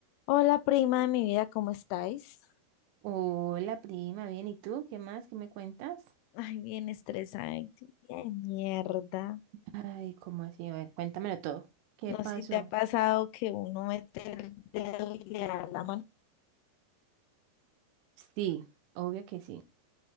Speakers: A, on the left; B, on the right.
A: Hola, prima de mi vida, ¿cómo estáis?
B: Hola, prima, bien, ¿y tú? ¿Qué más? ¿Qué me cuentas?
A: Ay, bien estresada, ay, qué de mierda.
B: Ay, ¿cómo así? A ver, cuéntamelo todo. ¿Qué
A: No
B: pasó?
A: sé si te ha pasado que uno mete el dedo y le da la mano.
B: Sí, obvio que sí.